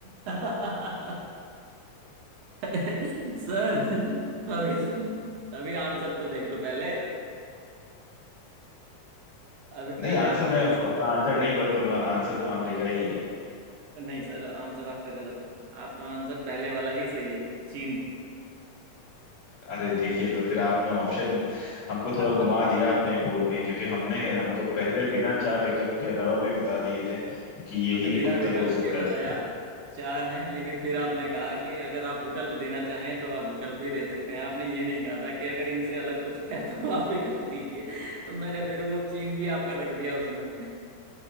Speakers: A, on the right; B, on the left.
A: <laughs> अरे सर अभी तो अभी आंसर तो देख लो पहले अभी
B: नहीं
A: पहले
B: आंसर
A: आप
B: मैं
A: आंसर
B: अपना आंसर नहीं
A: हम्म
B: बदलूंगा आंसर में अमेरिका ही है
A: नहीं सर आंसर आपका गलत है आपका आंसर पहले वाला ही सही है चीन
B: अरे देखिए तो फिर आपने ऑप्शन हमको थोड़ा
A: आपने
B: घुमा दिया आपने बोल के क्योंकि हमने आपको पहले बिना चार विकल्प के अलावा भी बता दिए थे कि यही
A: बिना
B: एक उत्तर
A: विकल्प
B: हो सकता
A: के बताया
B: है
A: चार हैं लेकिन फिर आपने कहा कि अगर आप विकल्प देना चाहें तो आप विकल्प भी दे सकते हैं आपने ये नहीं कहा था कि अगर इनसे अलग कुछ है तो <laughs> आप विकल्प दीजिए तो मैंने फिर वो चीन भी आपका रख दिया उसमें